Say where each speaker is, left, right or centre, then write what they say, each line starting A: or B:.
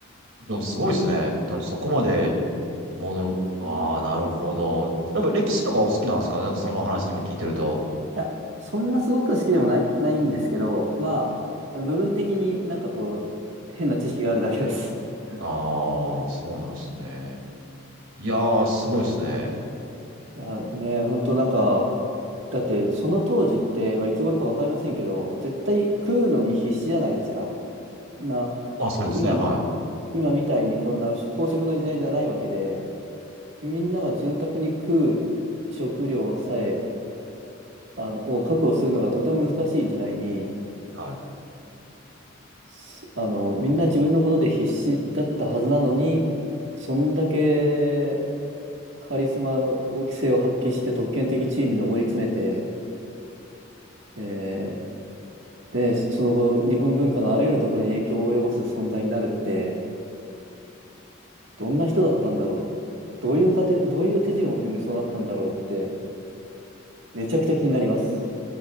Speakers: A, on the right (about 75°); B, on the right (about 60°).
A: でもすごいですね。
B: い
A: でもそこまで戻、ああ、なるほど。なんか歴史とかお好きなんですかなんかその話今聞いてると。
B: や、そんなすごく好きでもない、ないんですけど、
A: うん
B: まあ、部分的になんかこう、変な知識があるだけです。<laughs>
A: ああ、そうなんですね。いやー、すごいですね。
B: うんいや、ね、本当なんか、だってその当時って、まあ、いつ頃かわかりませんけど、絶対食うのに必死じゃないですか。な、
A: あ、そうですね。
B: 今、
A: は
B: 今みたいにこんな飽食の時代じゃないわけで、みんなが潤沢に食う食料さえ、あの、を確保するのがとても難しい時代に、
A: い。はい。
B: すあの、みんな自分のことで必死だったはずなのに、そんだけカリスマを、規制を発揮して特権的地位に上り詰めて、えーで、その後、日本文化のあらゆるところに影響を及ぼす存在になるって、どんな人だったんだろう。どういう過程、どういう手順を踏んでそうなったんだろうって、めちゃくちゃ気になります。